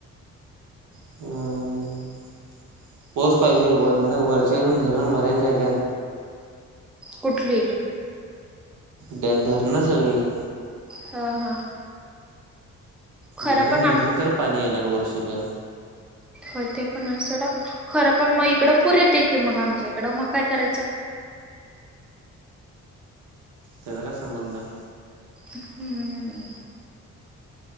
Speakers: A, on the right (about 70°); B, in the centre.
A: हम. पाऊस पाहिजे, वरन वरचे अजून धरण भरायच राहिल्यात.
B: कुठली.
A: ध्यान धरणं सगळी.
B: हां हां. खरं
A: धरण
B: पण
A: भरलं
B: आ-
A: तर पाणी येणार वर्षभर.
B: होय ते पण आहे सोडा खरं पण मग इकडं पुर येते की मग आमच्या इकडं मग काय करायचं?
A: त्याचा काय संबंध आहे?
B: हम्म.